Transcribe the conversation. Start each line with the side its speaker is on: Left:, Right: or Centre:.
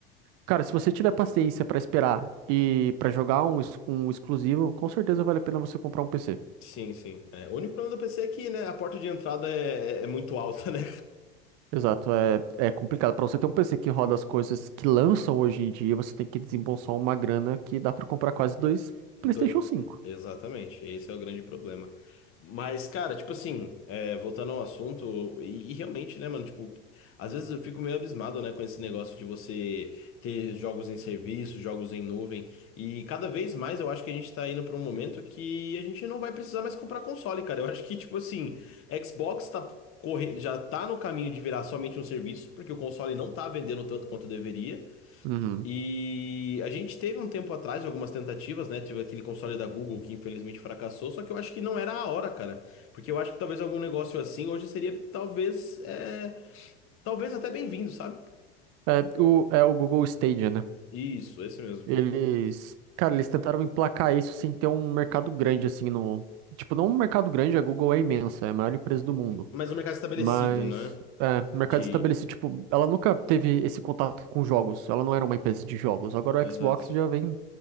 Right: cara, se você tiver paciência pra esperar e pra jogar um, ex- um exclusivo, com certeza vale a pena você comprar um PC.
Left: Sim, sim. É. O único problema do PC é que, né, a porta de entrada é, é é muito alta, né,
Right: Exato, é, é complicado. Para você ter um PC que roda as coisas que lançam hoje em dia, você tem que desembolsar uma grana que dá para comprar quase dois PlayStation
Left: Dois...
Right: cinco
Left: é, Exatamente, esse é o grande problema. Mas, cara, tipo assim, é, voltando ao assunto, e, e realmente, né, mano, tipo, às vezes eu fico meio abismado, né, com esse negócio de você ter jogos em serviço, jogos em nuvem, e cada vez mais eu acho que a gente tá indo pra um momento que a gente não vai precisar mais comprar console, cara. Eu acho que, tipo assim, Xbox tá corre... já tá no caminho de virar somente um serviço, porque o console não tá vendendo tanto quanto deveria.
Right: Uhum.
Left: E a gente teve um tempo atrás algumas tentativas, né? Tive aquele console da Google que infelizmente fracassou, só que eu acho que não era a hora, cara. Porque eu acho que talvez algum negócio assim hoje seria talvez, é, talvez até bem-vindo, sabe?
Right: É o, é o Google Stadia, né?
Left: Isso, esse mesmo.
Right: Eles, cara, eles tentaram emplacar isso sem ter um mercado grande assim no, tipo, não um mercado grande, a Google é imensa, é a maior empresa do mundo.
Left: Mas um mercado estabelecido,
Right: Mas,
Left: né?
Right: é, mercado
Left: De.
Right: estabelecido, tipo, ela nunca teve esse contato com jogos, ela não era uma empresa de jogos. Agora
Left: Exato.
Right: o Xbox já vem